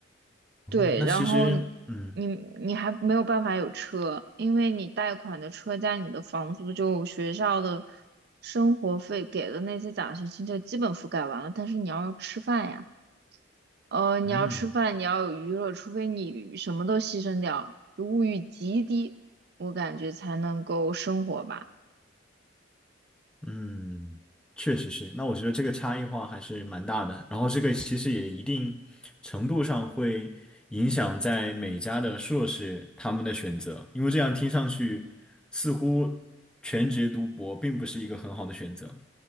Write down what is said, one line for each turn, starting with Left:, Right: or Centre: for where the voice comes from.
Centre: 哦，
Right: 对，
Centre: 那其实，
Right: 然后
Centre: 嗯
Right: 你你还没有办法有车，因为你贷款的车加你的房租，就学校的生活费给的那些奖学金就基本覆盖完了。但是你要吃饭呀，呃，你要吃饭，
Centre: 嗯，
Right: 你要有娱乐，除非你什么都牺牲掉，就物欲极低，我感觉才能够生活吧。
Centre: 嗯，确实是。那我觉得这个差异化还是蛮大的，然后这个其实也一定程度上会影响在每家的硕士他们的选择，因为这样听上去似乎全职读博并不是一个很好的选择。